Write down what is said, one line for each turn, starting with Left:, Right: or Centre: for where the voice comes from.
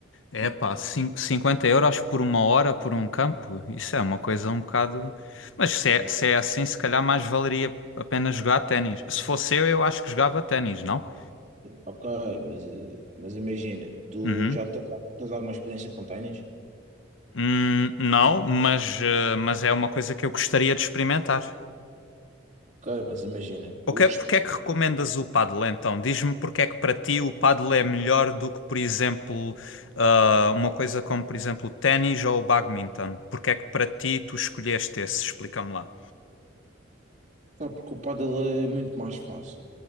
Right: <laughs>
Left: É pá, cin- 50 euros por uma hora por um campo? Isso é uma coisa um bocado. Mas se é,
Right: Ok,
Left: se é assim, se calhar mais valeria a pena jogar ténis. Se fosse eu, eu acho que jogava ténis, não?
Right: Ok, mas, eh, mas imagina, tu
Left: Uhum.
Right: já tens, tens alguma experiência com ténis?
Left: Hum, não, mas, eh, mas é uma coisa que eu gostaria de experimentar.
Right: Ok, mas imagina,
Left: O
Right: o
Left: que,
Right: des
Left: é- porque é que recomendas o paddle então? Diz-me porque é que para ti o paddle é melhor do que, por exemplo, ah, uma coisa como, por exemplo, o ténis ou o badminton? Porque é que para ti tu escolheste esse? Explica-me lá.
Right: Tá, porque o pádel é muito mais fácil.